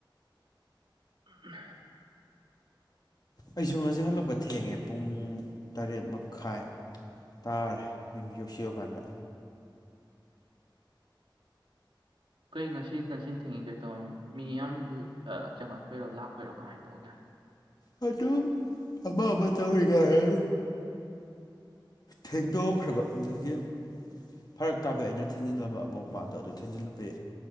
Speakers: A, on the right (about 90°); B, on the left (about 50°).
A: ꯎꯝ
B: ꯑꯩꯁꯨ ꯉꯁꯤꯛ ꯍꯜꯂꯛꯄ ꯊꯦꯡꯉꯦ ꯄꯨꯡ ꯇꯔꯦꯠ ꯃꯈꯥꯏ ꯇꯥꯔꯦ ꯌꯨꯝ ꯌꯣꯛꯁꯤꯑꯀꯥꯟꯗ
A: ꯀꯩ ꯉꯁꯤ ꯉꯁꯤ ꯊꯦꯡꯉꯤ ꯀꯩ ꯇꯧꯔ ꯃꯤ ꯌꯥꯝ ꯆꯪꯉꯛꯄꯣꯏꯔꯣ ꯂꯥꯛꯄꯣꯏꯔꯣ ꯀꯃꯥꯏꯅ ꯇꯧꯒꯦ
B: ꯑꯗꯨꯝ ꯑꯃ ꯑꯃ ꯇꯧꯔꯤꯒ ꯍꯥꯏ ꯊꯦꯡꯗꯣꯛꯈ꯭ꯔꯕ ꯑꯗꯒꯤ ꯐꯔꯛ ꯇꯥꯕ ꯑꯩꯅ ꯊꯤꯟꯖꯤꯜꯂꯝꯕ ꯑꯃꯨꯛ ꯃꯥꯗꯣ ꯑꯗꯨ ꯊꯤꯟꯖꯤꯜꯂꯨꯕꯩ